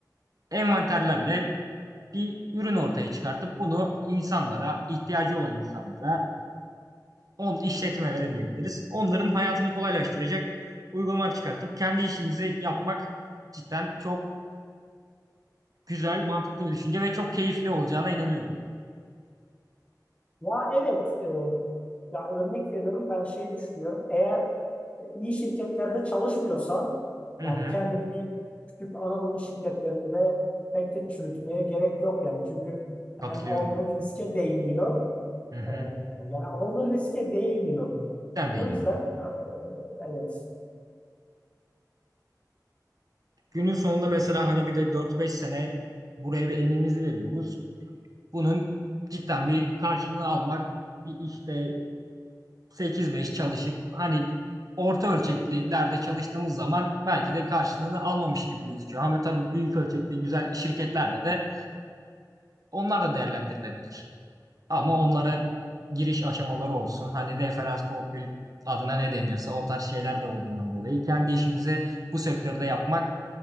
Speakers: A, on the right; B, on the left.
A: envanterlerle bir ürün ortaya çıkartıp bunu insanlara, ihtiyacı olan insanlara on işletmelere diyebiliriz. Onların hayatını kolaylaştıracak uygulamalar çıkartıp kendi işimizi yapmak cidden çok güzel, mantıklı bir düşünce ve çok keyifli olacağına inanıyorum.
B: Ya evet, e, ya örnek veriyorum ben şey düşünüyorum. Eğer e, iyi şirketlerde çalışmıyorsan
A: Hı
B: yani
A: hı.
B: kendini bir küçük Anadolu şirketlerinde pek de çürütmeye gerek yok yani. Çünkü
A: Katılıyorum
B: hem aldığın
A: ya.
B: riske değmiyor
A: Hı hı.
B: Ee, yani aldığı riske değmiyor.
A: Cidden değmiyor.
B: O yüzden e, evet,
A: Günün sonunda mesela hani bir de 4-5 sene buraya bir emeğimizi veriyoruz. Bunun cidden bir karşılığını almak, bir işte 8-5 çalışıp hani orta ölçeklilerde çalıştığımız zaman belki de karşılığını almamış gibi gözüküyor. Ama tabii büyük ölçekli güzel şirketlerde de onlar da değerlendirilebilir. Ama onlara giriş aşamaları olsun. Hani referans torpil adına ne deniyorsa o tarz şeyler de olduğundan dolayı kendi işimizi bu sektörde yapmak